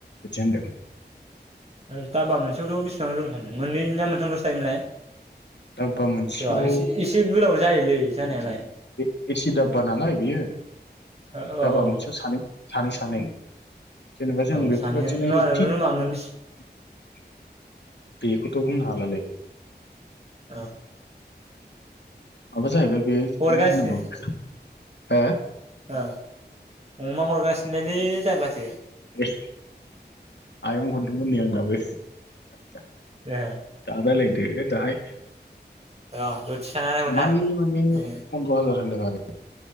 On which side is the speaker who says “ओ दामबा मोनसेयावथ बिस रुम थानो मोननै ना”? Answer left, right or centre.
Right